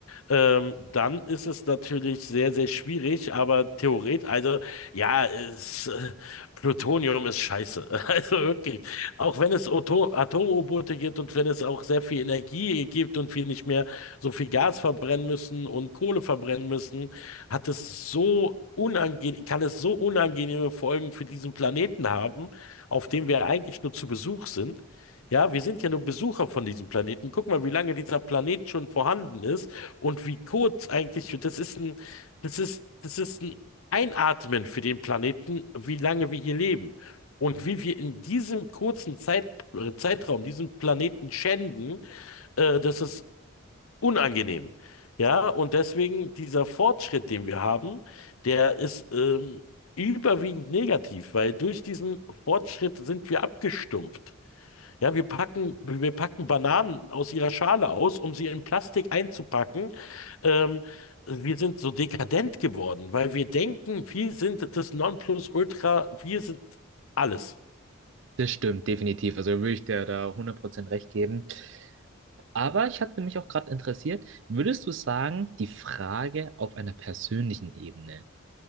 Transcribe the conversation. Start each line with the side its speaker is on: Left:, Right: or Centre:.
Left: ähm, dann ist es natürlich sehr, sehr schwierig, aber theoretisch, also ja, es. äh, Plutonium ist scheiße. <laughs> Also wirklich. Auch wenn es Oto- Atom-U-Boote gibt und wenn es auch sehr viel Energie gibt und wir nicht mehr so viel Gas verbrennen müssen und Kohle verbrennen müssen, hat es so unangenehm, kann es so unangenehme Folgen für diesen Planeten haben, auf dem wir eigentlich nur zu Besuch sind. Ja, wir sind ja nur Besucher von diesem Planeten. Guck mal, wie lange dieser Planet schon vorhanden ist und wie kurz eigentlich, das ist ein, das ist, das ist ein einatmen für den Planeten, wie lange wir hier leben und wie wir in diesem kurzen Zeit, äh, Zeitraum diesen Planeten schänden, äh, das ist unangenehm. Ja, und deswegen dieser Fortschritt, den wir haben, der ist ähm, überwiegend negativ, weil durch diesen Fortschritt sind wir abgestumpft. Ja, wir packen, wir packen Bananen aus ihrer Schale aus, um sie in Plastik einzupacken. Ähm, wir sind so dekadent geworden, weil wir denken, wir sind das Nonplusultra, wir sind alles.
Right: das stimmt, definitiv. Also würde ich dir da hundert Prozent recht geben. Aber ich hatte mich auch gerade interessiert, würdest du sagen, die Frage auf einer persönlichen Ebene